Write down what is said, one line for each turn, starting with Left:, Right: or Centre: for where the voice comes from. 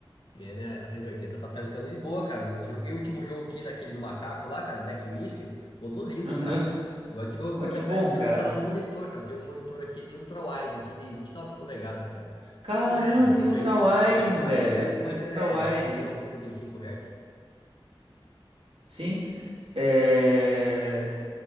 Left: É, né? A trinta e oitenta tá tancando de boa, cara. Eu joguei o último jogo aqui daquele do macaco lá, cara, Black Myth, rodou lindo,
Right: Aham.
Left: cara. E olha que meu,
Right: Ó,
Left: meu,
Right: que
Left: parece
Right: bom,
Left: que você
Right: cara.
Left: me falar do monitor, cara. Tem um monitor aqui de ultra-wide, aqui de 29 polegadas, cara.
Right: Caramba,
Left: Não é cento
Right: tem ultra-wide,
Left: cento e e oitenta cento e quarenta
Right: meu
Left: e quatro
Right: velho.
Left: Hz,
Right: Tem
Left: mas
Right: ultra-wide.
Left: é muito bom, 75 Hz.
Right: Sim. É.